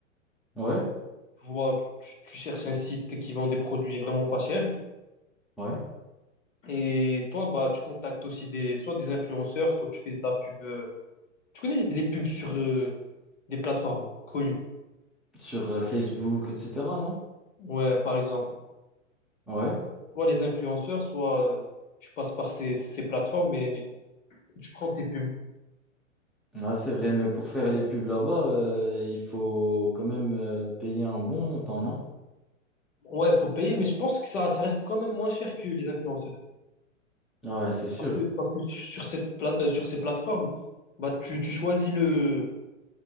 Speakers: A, in the centre; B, on the left.
A: Ouais,
B: Tu vois, tu, tu- tu cherches un site qui vend des produits vraiment pas chers.
A: ouais.
B: Et toi, bah, tu contactes aussi des, soit des influenceurs, soit tu fais de la pub. euh, tu connais les pubs sur euh, des plateformes connues.
A: Sur euh, Facebook, etc., non?
B: Ouais, par exemple.
A: Ouais.
B: Soit les influenceurs, soit euh, tu passes par ces, ces plateformes et tu prends tes pubs.
A: Ah, c'est vrai, mais pour faire les pubs là-bas, euh, il faut quand même euh, payer un bon montant, non?
B: Ouais, faut payer, mais je pense que ça, ça reste quand même moins cher que les influenceurs.
A: Ah Ouais, c'est sûr.
B: Parce que, parce que sur cette pla- euh, sur ces plateformes, bah, tu, tu choisis le,